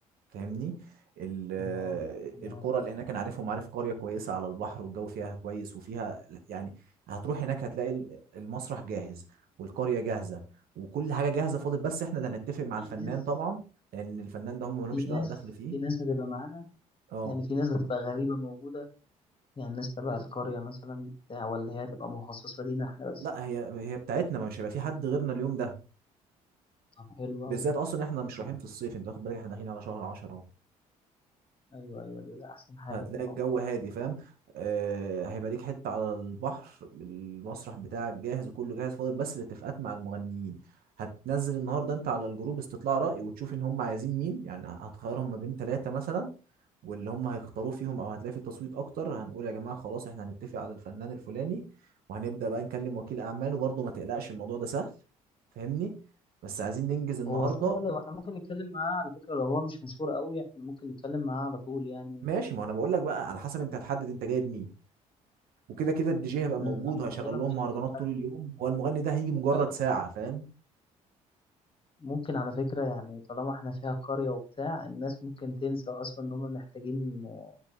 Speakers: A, on the right; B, on the left.
A: فاهمني ال- آه،
B: تمام تمام
A: القرى اللي هناك انا عارفهم عارف قريه كويسه على البحر والجو فيها كويس وفيها يعني هتروح هناك هتلاقي ال- المسرح جاهز والقريه جاهزه وكل حاجه جاهزه فاضل بس احنا اللي هنتفق مع
B: في
A: الفنان
B: ناس
A: طبعا لان الفنان ده هم ملهمش
B: في ناس
A: دخل فيه
B: في ناس هتبقى معانا
A: اه
B: يعني في ناس هتبقى غريبه موجوده يعني الناس تبع القرية مثلا بتاع ولا هي هتبقى مخصصة لينا احنا بس
A: لا هي هي بتاعتنا ما مش هيبقى في حد غيرنا اليوم ده
B: طب حلو
A: بالذات
B: أوي
A: اصلا احنا مش
B: ده-
A: رايحين في الصيف انت واخد بالك احنا داخلين على شهر 10 اهو
B: أيوه أيوه ده, ده أحسن حاجة
A: هتلاقي
B: في الموضوع
A: الجو هادي فاهم آه هيبقى ليك حتة على البحر المسرح بتاعك جاهز وكله جاهز فاضل بس الاتفاقات مع المغنيين هتنزل النهارده انت على الجروب استطلاع رأي وتشوف ان هم عايزين مين يعني هتخيرهم ما بين ثلاثة مثلا واللي هم هيختاروه فيهم او هتلاقي في تصويت اكتر هنقول يا جماعة خلاص احنا هنتفق على الفنان الفلاني وهنبدأ بقى نكلم وكيل اعماله برضه ما تقلقش الموضوع ده سهل فاهمني بس عايزين ننجز النهارده
B: هو صحيح لو احنا ممكن نتكلم معاه على فكرة لو هو مش مشهور أوي احنا ممكن نتكلم معاه على طول يعني
A: ماشي ما انا بقول لك بقى على حسب انت هتحدد انت جايب مين وكده كده الدي جي هيبقى
B: أمم،
A: موجود
B: احنا
A: وهشغل
B: غالبا
A: لهم
B: مش
A: مهرجانات
B: هنجيب
A: طول
B: حد
A: اليوم
B: من-
A: هو المغني ده هيجي مجرد
B: أيوه أيوه
A: ساعة فاهم
B: ممكن على فكرة يعني طالما احنا فيها القرية وبتاع الناس ممكن تنسى أصلا إن هما محتاجين آه،